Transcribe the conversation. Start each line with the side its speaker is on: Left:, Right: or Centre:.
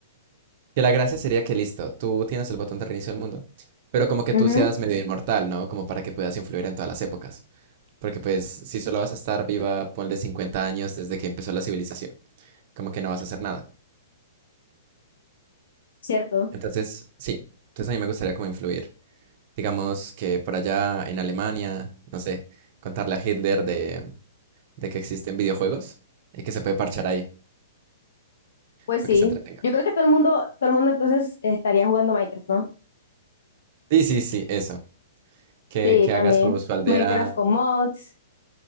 Right: que la gracia sería que listo, tú tienes el botón de reinicio del mundo, pero como que
Left: Ujú,
Right: tú seas medio inmortal, ¿no? Como para que puedas influir en todas las épocas, porque pues si solo vas a estar viva, ponle 50 años desde que empezó la civilización, como que no vas a hacer nada.
Left: cierto,
Right: Entonces, sí, entonces a mí me gustaría como influir. Digamos que por allá en Alemania, no sé, contarle a Hitler de, de que existen videojuegos y que se puede parchar ahí
Left: pues
Right: para
Left: sí.
Right: que se entretenga.
Left: Yo creo que todo el mundo, todo el mundo entonces estaría jugando Minecraft, ¿no?
Right: Sí, sí, sí, eso. Que,
Left: Sí,
Right: que
Left: también.
Right: haga su, su aldea.
Left: Minecraft con mods,